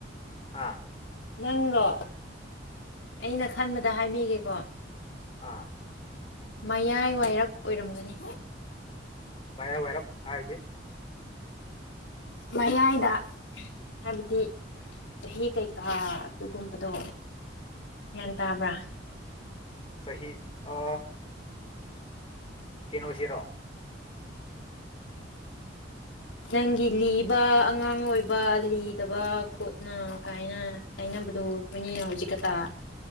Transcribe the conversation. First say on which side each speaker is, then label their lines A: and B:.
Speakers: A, on the left; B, on the left.
A: ꯑꯥ
B: ꯅꯪꯔꯣ ꯑꯩꯅ ꯈꯟꯕꯗ ꯍꯥꯏꯕꯤꯒꯦꯀꯣ
A: ꯑꯥ
B: ꯃꯌꯥꯏ ꯋꯥꯏꯔꯛ ꯑꯣꯏꯔꯝꯒꯅꯤ
A: ꯃꯌꯥ ꯋꯥꯏꯔꯞ ꯍꯥꯏꯕꯗꯤ
B: ꯃꯌꯥꯏꯗ ꯍꯥꯏꯕꯗꯤ ꯆꯍꯤ ꯀꯩꯀꯥ ꯑꯗꯨꯒꯨꯝꯕꯗꯣ ꯒ꯭ꯌꯥꯟ ꯇꯥꯕ꯭ꯔꯥ
A: ꯆꯍꯤꯍꯤ ꯑ ꯀꯩꯅꯣꯁꯤꯔꯣ
B: ꯅꯪꯒꯤ ꯂꯤꯕ ꯑꯉꯥꯡ ꯑꯣꯏꯕ ꯂꯤꯗꯕ ꯈꯣꯠꯅ ꯀꯥꯏꯅ ꯍꯥꯏꯅꯕꯗꯨꯣ ꯃꯤ ꯍꯧꯖꯤꯛꯛꯇ
A: ꯑꯥ